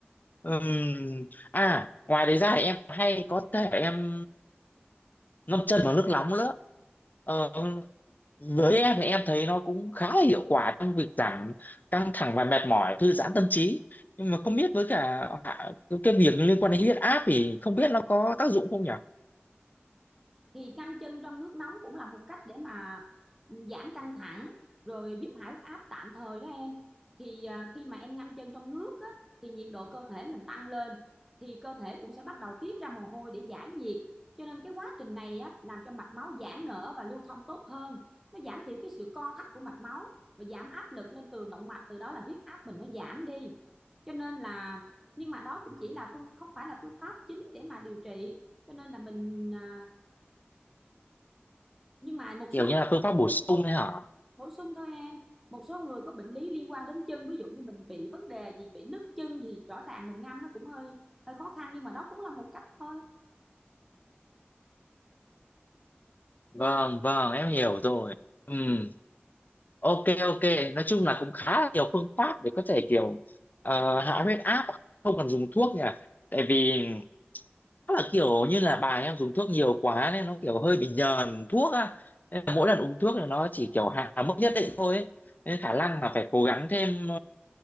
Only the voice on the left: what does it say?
Ừm, à ngoài đấy ra thì em hay có thể em ngâm chân vào nước nóng nữa Ờ, với em thì em thấy nó cũng khá là hiệu quả trong việc giảm căng thẳng và mệt mỏi thư giãn tâm trí nhưng mà không biết với cả hạ- cái cái việc liên quan đến huyết áp thì không biết nó có tác dụng không nhỉ
kiểu
như là phương
pháp
bổ sung
đấy hả
vâng
vâng em hiểu rồi Ừm, ok ok nói chung là cũng khá là nhiều phương pháp để có thể kiểu ờ, hạ huyết áp không cần dùng thuốc nhỉ tại vì Chắc là kiểu như là bà em dùng thuốc nhiều quá nên nó kiểu hơi bị nhờn thuốc á nên là mỗi lần uống thuốc là nó chỉ kiểu hạ mức nhất định thôi ấy. nên khả năng là phải cố gắng thêm